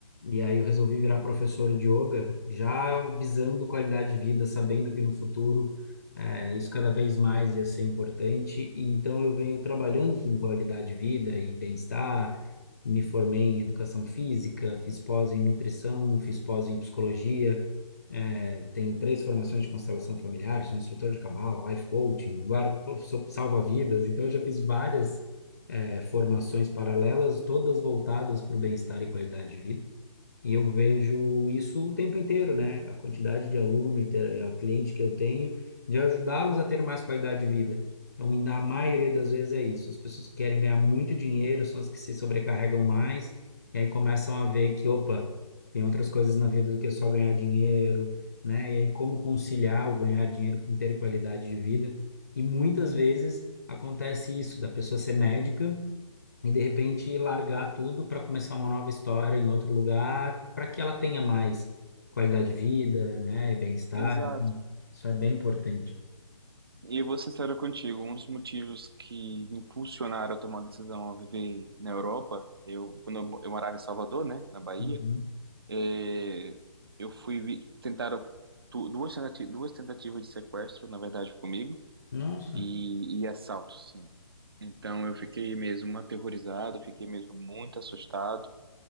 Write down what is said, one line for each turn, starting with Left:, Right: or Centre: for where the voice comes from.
Left: E aí eu resolvi virar professor de yoga, já visando qualidade de vida, sabendo que no futuro eh, isso cada vez mais ia ser importante. E então eu venho trabalhando com qualidade de vida e bem-estar. Me formei em educação física, fiz pós em nutrição, fiz pós em psicologia, eh, tenho três formações de constelação familiar, sou instrutor de cabala, life coaching, guarda, sou salva-vidas. Então eu já fiz várias eh, formações paralelas, todas voltadas para o bem-estar e qualidade de vida. E eu vejo isso o tempo inteiro, né? A quantidade de aluno e ter- e a cliente que eu tenho, de ajudá-los a ter mais qualidade de vida. Então, e na maioria das vezes é isso. As pessoas que querem ganhar muito dinheiro, são as que se sobrecarregam mais, e aí começam a ver que, opa, tem outras coisas na vida do que só ganhar dinheiro, né? E aí como conciliar o ganhar dinheiro com ter qualidade de vida. E muitas vezes acontece isso, da pessoa ser médica e de repente largar tudo para começar uma nova história em outro lugar, para que ela tenha mais qualidade de vida, né, e bem-estar.
Right: Exato.
Left: Então, Isso é bem importante.
Right: E eu vou ser sincero contigo, um dos motivos que me impulsionaram a tomar a decisão a viver na Europa, eu quando eu, mo- eu morava em Salvador, né, na Bahia,
Left: Uhum.
Right: eh, eu fui vi- tentaram tu- duas tentati- duas tentativas de sequestro, na verdade, comigo
Left: Nossa.
Right: e, e assaltos, sim. Então eu fiquei mesmo aterrorizado, fiquei mesmo muito assustado